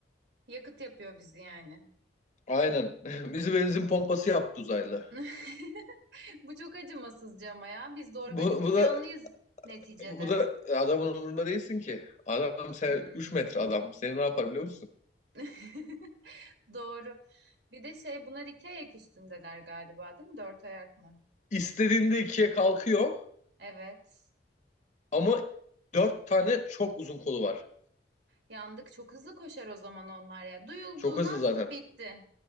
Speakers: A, on the right (about 75°); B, on the left (about 40°).
A: Yakıt yapıyor bizi yani.
B: Aynen. <laughs> Bizi benzin pompası yaptı uzaylı.
A: <laughs> Bu çok acımasızca ama ya. Biz de organik
B: Bu,
A: bir
B: bu
A: canlıyız
B: da
A: neticede.
B: bu da adamın umurunda değilsin ki. Adam sen
A: Hmm.
B: 3 metre adam. Seni ne yapar biliyor musun?
A: <laughs> Doğru. Bir de şey bunlar iki ayak üstündeler galiba değil mi? Dört ayak mı?
B: İstediğinde ikiye kalkıyor
A: Evet.
B: ama dört tane çok uzun kolu var.
A: Yandık. Çok hızlı koşar o zaman onlar ya. Duyulduğundan
B: Çok hızlı zaten.
A: bitti.